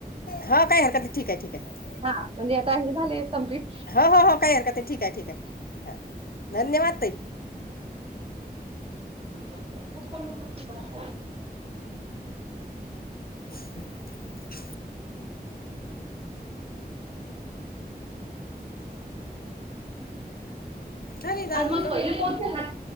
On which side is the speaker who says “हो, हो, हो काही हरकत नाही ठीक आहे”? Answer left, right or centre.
Left